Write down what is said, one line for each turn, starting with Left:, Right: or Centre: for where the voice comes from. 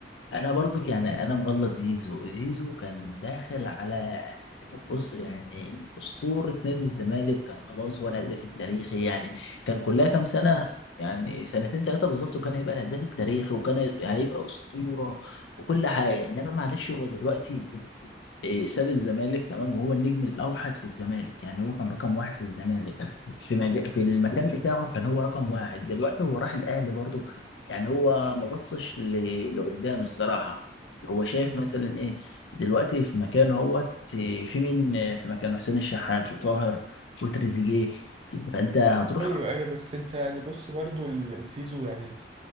Left: انا برضو يعني انا مغلط زيزو زيزو كان داخل على بص يعني أسطورة نادي الزمالك كان خلاص هو الهداف التاريخي يعني كان كلها كام سنة يعني سنتين ثلاثة بالظبط وكان هيبقى الهداف التاريخي وكان هي- هيبقى أسطورة وكل حاجة إنما معلش هو دلوقتي إيه، ساب الزمالك تمام وهو النجم الأوحد في الزمالك يعني هو كان رقم واحد في الزمالك في مج... في المكان بتاعه كان هو رقم واحد دلوقتي هو راح الأهلي برضه يعني هو ما بصش ل... لقدام الصراحة هو شايف
Right: مم.
Left: مثلا إيه دلوقتي في مكانه هو في مين في مكان حسين الشحات وطاهر وتريزيجيه فانت هتروح
Right: ايوه ايوه بس انت يعني بص برضو ال- زيزو يعني